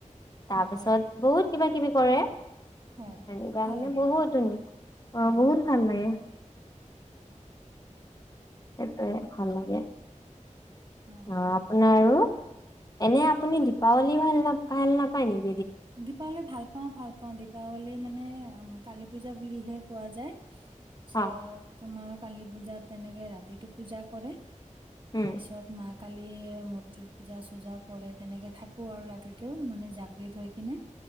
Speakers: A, on the left; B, on the right.
A: তাৰপিছত
B: অ হয়
A: বহুত কিবা কিবি কৰে। সেনেকুৱা
B: হয় ভাল
A: মানে
B: লাগে
A: বহুত ধুনী, অ
B: হয়
A: বহুত ভাল লাগে।
B: <unintelligible>
A: সেইটোৱে ভাল লাগে,
B: অ
A: আহ আপোনা আৰু। এনে আপুনি দীপাৱলী ভাল ন ভাল নাপায় নেকি।
B: দীপাৱলী ভাল পাও ভাল পাওঁ দীপাৱলী মানে কালী পূজা বুলিহে কোৱা যায়। -চা
A: অ
B: তোমাৰ কালি পূজাত তেনেকে ৰাতিটো পূজা কৰে।
A: উম
B: <unintelligible> কালি মূৰ্তিত পূজা চূজা কৰে তেনেকে থাকো আৰু ৰাতিটো মানে <unintelligible> কিনে